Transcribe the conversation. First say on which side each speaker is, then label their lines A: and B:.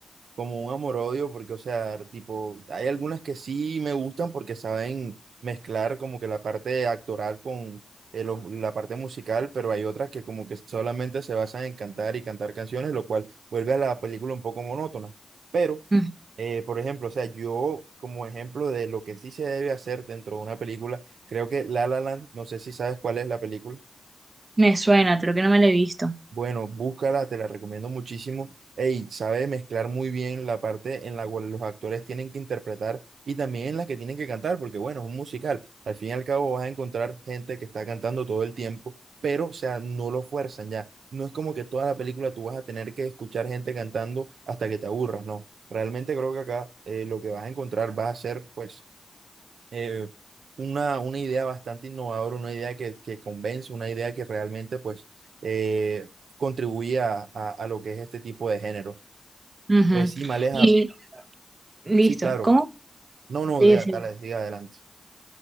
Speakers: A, on the right; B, on the right.
A: como un amor-odio, porque, o sea, tipo, hay algunas que sí me gustan porque saben mezclar como que la parte actoral con eh, lo- la parte musical, pero hay otras que como que solamente se basan en cantar y cantar canciones, lo cual vuelve a la película un poco monótona. Pero,
B: Mm,
A: eh, por ejemplo, o sea, yo como ejemplo de lo que sí se debe hacer dentro de una película, creo que La La Land, no sé si sabes cuál es la película.
B: me suena, creo que no me lo he visto.
A: Bueno, búscala, te la recomiendo muchísimo. Ey, sabe mezclar muy bien la parte en la cual los actores tienen que interpretar y también en la que tienen que cantar, porque bueno, es un musical. Al fin y al cabo vas a encontrar gente que está cantando todo el tiempo, pero o sea, no lo fuerzan ya. No es como que toda la película tú vas a tener que escuchar gente cantando hasta que te aburras, no. Realmente creo que acá eh, lo que vas a encontrar va a ser pues eh, una, una idea bastante innovadora, una idea que, que convence, una idea que realmente pues eh, contribuye a, a- a lo que es este tipo de géneros.
B: Ujú.
A: Pues sí, Maleja,
B: Y Listo.
A: sí, claro.
B: ¿Cómo?
A: No, no,
B: Sí,
A: de-
B: sí.
A: dale, siga adelante.